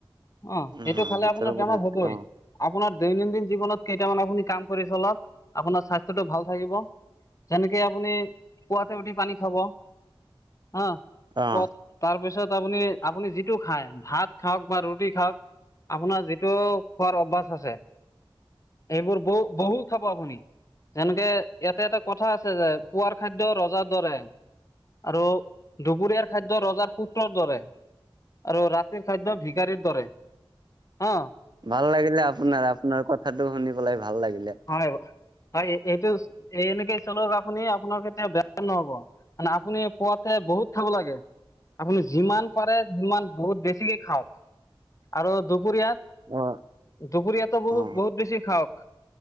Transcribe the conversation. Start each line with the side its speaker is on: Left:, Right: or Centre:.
Left: অ
Right: উম
Left: সেইটো খালে
Right: ভিতৰৰ
Left: আপোনাৰ বেমাৰ
Right: পৰিৱেশটো
Left: হ'বই।
Right: অ
Left: আপোনাৰ দৈনন্দিন জীৱনত কেইটামান আপুনি কাম কৰি চলক আপোনাৰ স্বাস্থ্যটো ভাল থাকিব। যেনেকে আপুনি পুৱাতে উঠি পানী খাব। হ
Right: অ অ
Left: পত তাৰপিছত আপুনি আপুনি যিটো খাই ভাত খাওক বা ৰুটি খাওক আপোনাৰ যিটো খোৱাৰ অভ্যাস আছে। এইবোৰ ব বহু খা- ব আপুনি যেনেকে ইয়াতে এটা কথা আছে যে পুৱাৰ খাদ্য ৰজাৰ দৰে আৰু দুপুৰীয়াৰ খাদ্য ৰজাৰ পুত্ৰৰ দৰে আৰু ৰা- তিৰ খাদ্য ভিখাৰীৰ দৰে হ।
Right: ভাল লাগিলে আপোনাৰ আপোনাৰ কথাটো শুনি পেলাই ভাল লাগিলে।
Left: হয় হয় এই এইটো এই এনেকে চলক আপুনি আপোনাৰ কেতিয়া বেয়া নহব। মানে আপুনি পোৱাতে বহুত খাব লাগে। আপুনি যিমান পাৰে সিমান বহুত বেছিকে খাওক আৰু দুপৰীয়াত
Right: অ।
Left: দুপৰীয়াটো বহুত
Right: অ
Left: - বহুত বেছি খাওক